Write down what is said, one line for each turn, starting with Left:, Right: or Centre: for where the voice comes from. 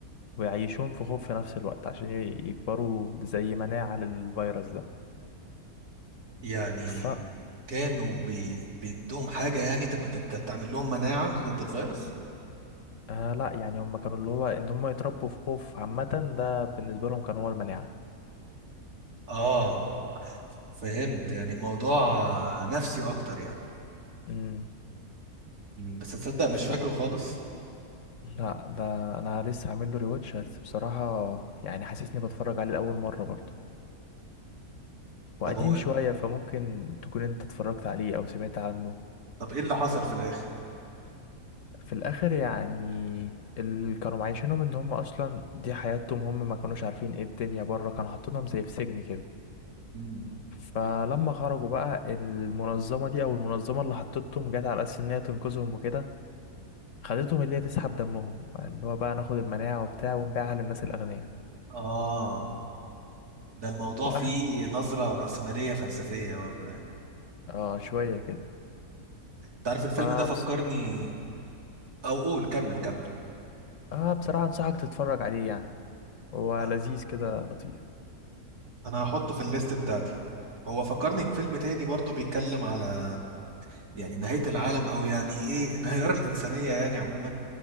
Left: ويعيشوهم في خوف في نفس الوقت عشان ي- يكبروا زي مناعة للفيروس ده
Right: يعني
Left: ف
Right: كانوا بي... بيدوهم حاجة يعني تبقى تت- تعمل لهم مناعة ضد الفيروس
Left: آه لا يعني هم كانوا اللي هو ان هم يتربوا في خوف عامة ده بالنسبة لهم كان هو المناعة
Right: اه فهمت يعني موضوع نفسي اكتر يعني
Left: امم
Right: مم. بس تصدق مش
Left: ف
Right: فاكره خالص
Left: لا ده انا لسه عامل له ريواتش بس بصراحة يعني حاسسني بتفرج عليه لأول مرة برضه وقديم
Right: طب هو
Left: شوية فممكن تكون انت اتفرجت عليه او سمعت عنه
Right: طب ايه اللي حصل في الاخر
Left: في الاخر يعني اللي كانوا معايشينهم ان هم اصلا دي حياتهم هم ما كانوش عارفين ايه الدنيا بره كانوا حاطينهم زي في سجن كده
Right: مم.
Left: فلما خرجوا بقى المنظمة دي او المنظمة اللي حطتهم جت على اساس ان هي تنقذهم وكده خدتهم اللي هي تسحب دمهم اللي هو بقى ناخد المناعة وبتاع ونبيعها للناس الأغنياء
Right: اه ده الموضوع
Left: واحد
Right: فيه نظرة رأسمالية فلسفية برضه يعني
Left: اه شوية كده
Right: تعرف الفيلم
Left: فبس
Right: ده فكرني او قول كمل كمل
Left: آه بصراحة أنصحك تتفرج عليه يعني هو
Right: آه،
Left: لذيذ كده لطيف
Right: انا هحطه في الليست بتاعتي هو فكرني بفيلم تاني برضه بيتكلم على يعني نهاية العالم او يعني ايه انهيار الانسانية يعني عموما